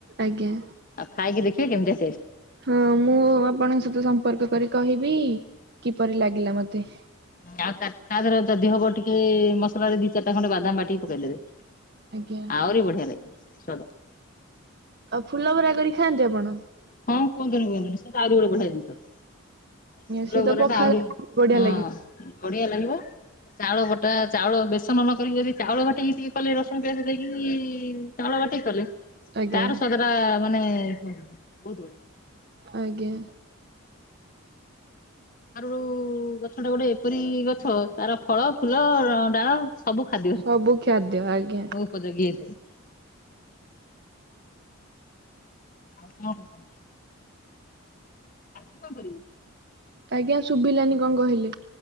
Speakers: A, on the right (about 50°); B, on the left (about 40°).
A: ଆଜ୍ଞା।
B: ଆଉ, ଖାଇକି ଦେଖିବେ, କେମିତିଆ ଟେଷ୍ଟ?
A: ହଁ, ମୁଁ ଆପଣଙ୍କ ସହିତ ସମ୍ପର୍କ କରି କହିବି, କିପରି ଲାଗିଲା ମତେ?
B: ଆଉ ଚାରିଟା ଧର ଯଦି ହବ ଟିକେ-ଏ, ମସଲାରେ ଦି ଚାରିଟା ଖଣ୍ଡେ ବାଦାମ ବାଟିକି ପକେଇଦେବେ।
A: ଆଜ୍ଞା
B: ଆଉରିି ବଢଆଲାଗି ସ୍ୱାଦ।
A: ଆଉ, ଫୁଲ ବରା କରି ଖାଆନ୍ତି ଆପଣ?
B: ହଁ, କୁହିନ୍ତୁନି କୁହନ୍ତିନି। ସେ, ତ ଆଉରି ଗୋଟ ବଢିଆ ଜିନିଷ! ଫୁଲ
A: ସିଏ ତ
B: ବରା
A: ପଖାଳ
B: ଟା ଆହୁରି
A: ବଢିଆ
B: ହଁ,
A: ଲାଗିବ
B: ବଢିଆ ଲାଗିବ। ଚାଉଳ ବଟା, ଚାଉଳ ବେସନ ନକରି ଯଦି ଚାଉଳ ବାଟିକି ଟିକେ କଲେ, ରସୁଣ ପିଆଜ ଦେଇକି-ଇ ଚାଉଳ ବାଟିକି କଲେ,
A: ଆଜ୍ଞା
B: ତାର ସ୍ୱାଦଟା-ଆ ମାନେ-ଏ ବହୁତ ବଢିଆ।
A: ଆଜ୍ଞା।
B: ଆରୁ-ଉ ଗଛଟା ଗୋଟେ ଏପରି ଗଛ, ତାର ଫଳ, ଫୁଲ, ଡାଳ ସବୁ ଖାଦ୍ୟରେ,
A: ସବୁ ଖାଦ୍ୟ ଆଜ୍ଞା
B: ଉପଯୋଗୀ ହେଇଥାଏ। ଆଉ କଣ କ? କଁ କରିବି?
A: ଆଜ୍ଞା! ଶୁଭିଲାନି କଣ କହିଲେ?